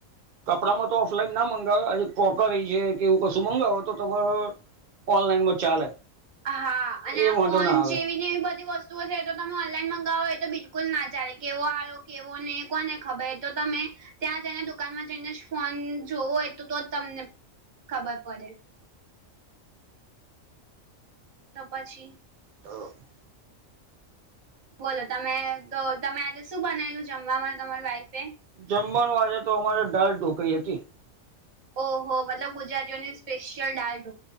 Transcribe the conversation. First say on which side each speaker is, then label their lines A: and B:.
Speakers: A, on the right (about 80°); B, on the right (about 45°).
A: કપડામાં તો ઓફલાઈન ના મંગાવે <unintelligible> એવું કશું મંગાવો તો તમાર ઓનલાઈનમાં ચાલે.
B: હા
A: એ
B: અને આ
A: વાંધો
B: ફોન
A: ના આવે
B: જેવીને એવી બધી વસ્તુ શું છે તો તમે ઓનલાઈન મંગાવો એતો બિલકુલ ના ચાલે કેવો આયો કેવો નહીં કોને ખબર એતો તમે ત્યાં જઈને દુકાનમાં જઈને જ ફોન જોવો હોય તો તો જ તમને ખબર પડે. તોહ પછી
A: <unintelligible>
B: બોલો તમે તો તમે આજે શું બનાયલું જમવાવામાં તમારી વાઈફે
A: જમવાનું આજેતો અમારે દાલ ઢોકરી હતી.
B: ઓહો મતલબ ગુજરાતીઓની સ્પેશયલ દાલઢો